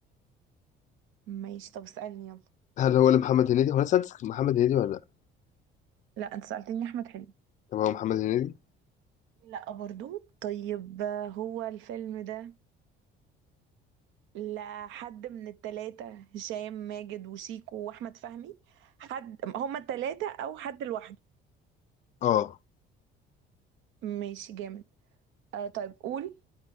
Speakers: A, on the right; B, on the left.
A: ماشي طب اسالني يلا
B: هل هو لمحمد هنيدي هو انا سألتك محمد هنيدي ولا لا
A: لا انت سالتني احمد حلمي
B: طب هو محمد هنيدي
A: لا برضو طيب آه، هو الفيلم ده لحد من التلاتة هشام ماجد وشيكو واحمد فهمي حد هما التلاتة او حد لوحده
B: اه
A: ماشي جامد آه طيب قول